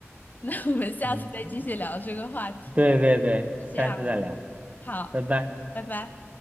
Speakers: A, on the left (about 40°); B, on the right (about 30°).
A: 那我们下次再继续聊这个话题吧，
B: 嗯。<laughs> 对对对，
A: 就这样了。
B: 下次再聊，
A: 好，
B: 拜拜。
A: 拜拜。